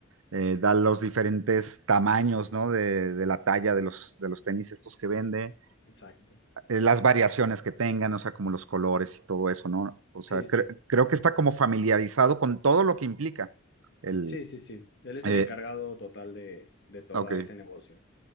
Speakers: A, on the right (about 90°); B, on the left (about 60°).
A: eh, da los diferentes tamaños, ¿no? De, de la talla de los, de los tenis estos que vende
B: exacto.
A: eh, las variaciones que tengan, o sea, como los colores y todo eso, ¿no? O sea,
B: Sí,
A: cre-
B: sí,
A: creo que está como familiarizado con todo lo que implica el...
B: sí, sí, sí. Él es
A: eh,
B: el encargado total de, de todo
A: ok,
B: ese negocio.